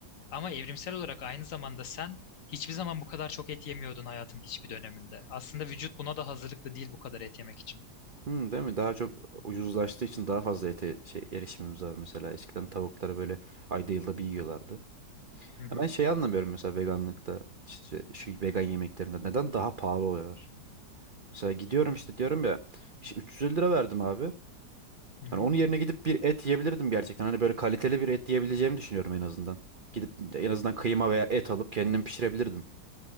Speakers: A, on the left; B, on the right.
A: Ama evrimsel olarak aynı zamanda sen hiçbir zaman bu kadar çok et yemiyordun hayatın hiçbir döneminde. Aslında vücut buna da hazırlıklı değil bu kadar et yemek için.
B: değil mi? Daha çok ucuzlaştığı için daha fazla ete şey erişimimiz var mesela. Eskiden tavukları böyle ayda yılda bir yiyorlardı.
A: Hı hı,
B: Ya Ben şeyi anlamıyorum mesela veganlıkta işte şu vegan yemeklerinde neden daha pahalı oluyorlar? Mesela gidiyorum işte diyorum ya işte 350 lira verdim abi.
A: hı hı.
B: Hani onun yerine gidip bir et yiyebilirdim gerçekten. Hani böyle kaliteli bir et yiyebileceğimi düşünüyorum en azından. Gidip en azından kıyma veya et alıp kendim pişirebilirdim.